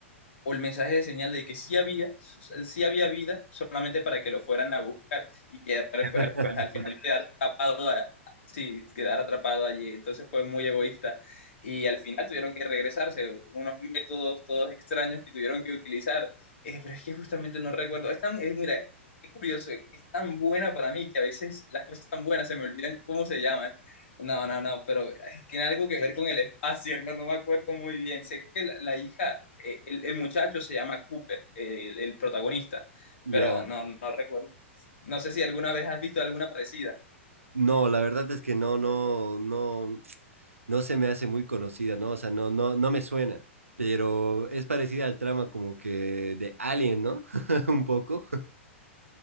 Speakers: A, on the left; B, on the right.
A: o el mensaje de señal de que sí había, sí había vida, solamente para que lo fueran a buscar y que pues,
B: <laughs>
A: pues, al final quedar atrapado, a, sí, quedar atrapado allí. Entonces fue muy egoísta y al final tuvieron que regresarse, unos métodos todos extraños que tuvieron que utilizar. Eh, pero es que justamente no recuerdo. Es tan, es, mira, qué curioso, es tan buena para mí que a veces las cosas tan buenas se me olvidan cómo se llaman. No, no, no, pero tiene algo que ver con el espacio, no, no me acuerdo muy bien. Sé que la, la hija, eh, el, el, muchacho se llama Cooper, eh, el, el, protagonista,
B: Ya,
A: pero no, no recuerdo. No sé si alguna vez has visto alguna parecida.
B: no, la verdad es que no, no, no, no se me hace muy conocida, ¿no? O sea, no, no, no me suena, pero es parecida al trama como que de Alien, ¿no? <laughs> Un poco.